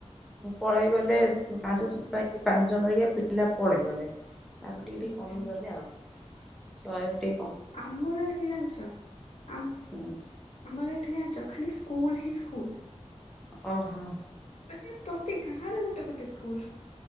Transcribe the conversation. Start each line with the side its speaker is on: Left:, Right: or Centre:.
Centre: ପଳେଇ ଗଲେ ପାଞ୍ଚ ଛ ପାଞ୍ଚ ଜଣ ହେରିକା ପିଲା ପଳେଇଗଲେ। ତାପରେ ଟିକେ
Left: ଆଚ୍ଛା
Centre: ଟିକେ କମିଗଲେ ଆଉ। ଶହେରୁ ଟି
Left: ଆମର ଏଠି ଜାଣିଚ, ଆ ଆମର
Centre: ହୁଁ
Left: ଏଠି ଜାଣିଚ ଖାଲି ସ୍କୁଲ ହିଁ ସ୍କୁଲ।
Centre: ଓହୋ।
Left: ମାନେ ପ୍ରତି ଗାଁ ରେ ଗୋଟେ ଗୋଟେ ସ୍କୁଲ।